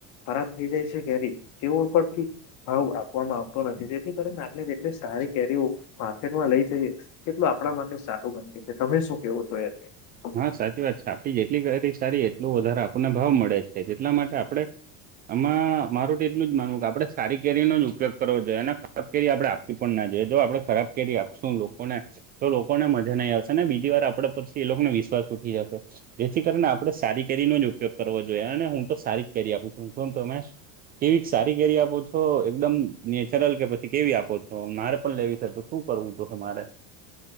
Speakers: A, on the left (about 45°); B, on the right (about 25°).
A: ખરાબ થઈ જાય છે કેરી તેવો ઉપરથી ભાવ આપવામાં આવતો નથી તે થી કરીને આપણે જેટલી સારી કેરીઓ માર્કેટમાં લઈ જઈએ તેટલું આપણા માટે સારું બને છે તમે શું કેવુ <unintelligible>
B: હા સાચી વાત છે આપડી જેટલી કેરી સારી એટલું વધારે આપણને ભાવ મળે છે એટલા માટે આપડે આમાં મારું તો એટલું જ માનવું કે આપડે સારી કેરીનો જ ઉપયોગ કરવો જોઈએ અને ખરાબ કેરી આપડે આપવી પણ ના જોઈએ જો આપડે ખરાબ કેરી આપશું લોકોને તો લોકોને મજા નઈ આવશે ને બીજી વાર આપડે પછી એ લોકોને વિ શ્વાસ ઉઠી જશે જેથી કરીને આપે સારી કેરીનો જ ઉપયોગ કરવો જોઈએ અને હું તો સારી કરી આપું છું અને તમે કેવી સારી કેેરી આપો છો એકદમ નેચરલ કે પછી કેવી આપો છો મારે પણ લેવી થતું. શું કરવું જો હ મારે?